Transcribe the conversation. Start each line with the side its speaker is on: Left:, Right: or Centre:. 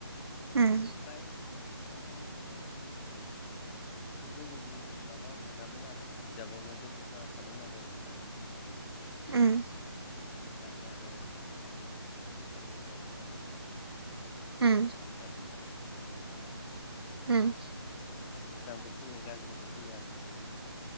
Left: <unintelligible>
Right: उम
Left: प्राइ माने ओ गुबुन जि माबा मोनामोन आरो बिजाबावनो बेस्थ' जाना थानो गोनां जायोमोन गोदो।
Right: उम।
Left: ओमफ्राय दानिया आरो सोलोंथाइ आरो ससियेल मिडिया जालांबाय नालाय।
Right: उम
Left: इन्टारनेटनि जुग जालांबाय।
Right: उम
Left: मोजांबो फैयो गाज्रिबो फैयो आरो।